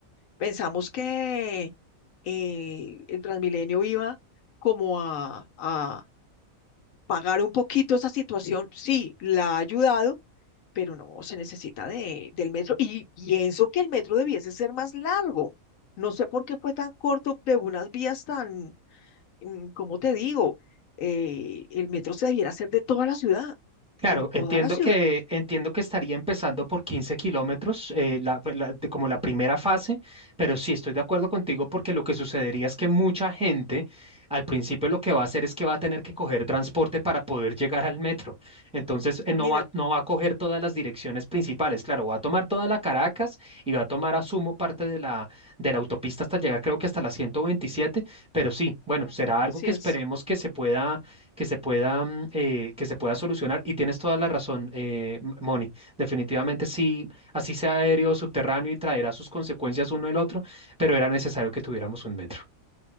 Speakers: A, on the left; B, in the centre.
A: Pensamos que eh, el Transmilenio iba como a, a pagar un poquito esa situación. Sí, la ha ayudado, pero no, se necesita de, del metro y pienso que el metro debiese ser más largo. No sé por qué fue tan corto de unas vías tan, mm, ¿cómo te digo? Eh, el metro se debiera hacer de toda la ciudad,
B: Claro,
A: por toda
B: entiendo
A: la ciudad,
B: que, entiendo que estaría empezando por 15 kilómetros, eh, la- pues, la- de- como la primera fase, pero sí estoy de acuerdo contigo porque lo que sucedería es que mucha gente al principio lo que va a hacer es que va a tener que coger transporte para poder llegar al metro. Entonces,
A: imagínate.
B: eh, no va, no va a coger todas las direcciones principales. Claro, va a tomar toda la Caracas y va a tomar, asumo, parte de la, de la autopista hasta llegar, creo que hasta la 127, pero sí, bueno, será
A: Ujú,
B: algo
A: Así
B: que
A: es,
B: esperemos que se pueda que se pueda, mm, eh, que se pueda solucionar. Y tienes toda la razón, eh, M- Moni. Definitivamente sí, así sea aéreo, subterráneo y traerá sus consecuencias uno el otro, pero era necesario que tuviéramos un metro.